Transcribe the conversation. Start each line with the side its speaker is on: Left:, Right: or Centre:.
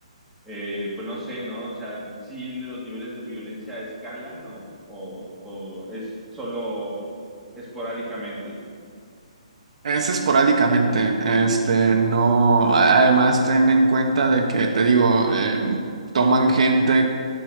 Centre: eh, pues no sé, ¿no? O sea, si los niveles de violencia escalan o, o, o es solo esporádicamente.
Right: es esporádicamente. Este, no, a- además ten en cuenta de que, te digo, em, toman gente